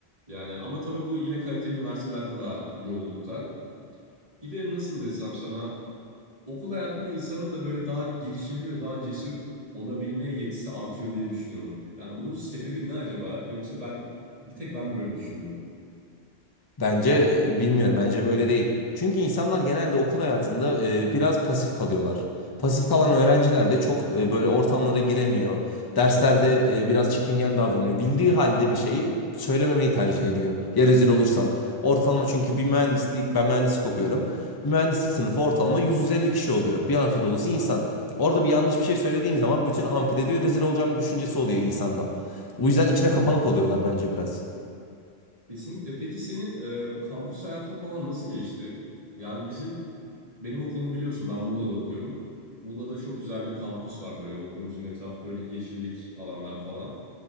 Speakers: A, on the right; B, on the left.
A: Yani ama tabii bu yine kaliteli üniversitelerde daha yoğunlukta. Bir de nasıl desem sana okul hayatında insanın da böyle daha girişimci ve daha cesur olabilmeye yetisi artıyor diye düşünüyorum. Yani bunun sebebi ne acaba? Yoksa ben bir tek ben mi böyle düşündüm?
B: Bence e, bilmiyorum. Bence böyle değil. Çünkü insanlar genelde okul hayatında e, biraz pasif kalıyorlar. Pasif kalan öğrenciler de çok e, böyle ortamlara giremiyor. Derslerde e, biraz çekingen davranıyor. Bildiği halde bir şeyi söylememeyi tercih ediyor. Ya rezil olursam. Ortalama çünkü bir mühendislik, ben mühendislik okuyorum. Bir mühendislik sınıfı ortalama 150 kişi oluyor. Bir amfi dolusu insan. Orada bir yanlış bir şey söylediğim zaman bütün amfide diyor rezil olacağım düşüncesi oluyor insanda. O yüzden içine kapanık oluyorlar bence biraz.
A: Kesinlikle. Peki senin e, kampüs hayatın falan nasıl geçti? Yani bizim benim okulum biliyorsun ben Muğla'da okuyorum. Muğla'da çok güzel bir kampüs var böyle okulumuzun etrafı böyle yeşillik alanlar falan.